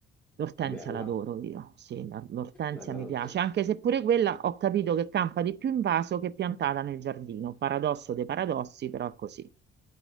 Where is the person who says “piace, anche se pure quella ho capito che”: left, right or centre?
Right